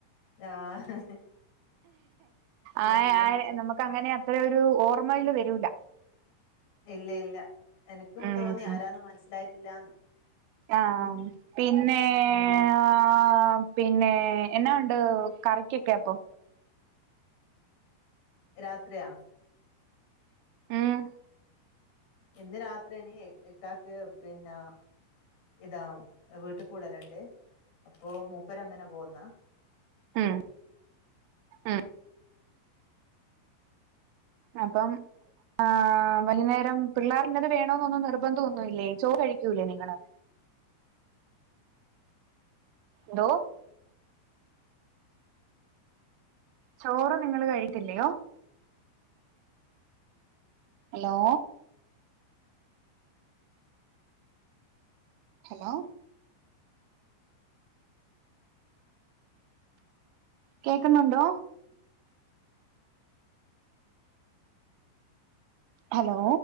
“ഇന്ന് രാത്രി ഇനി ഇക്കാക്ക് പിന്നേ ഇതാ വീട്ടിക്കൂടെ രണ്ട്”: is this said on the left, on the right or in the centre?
Left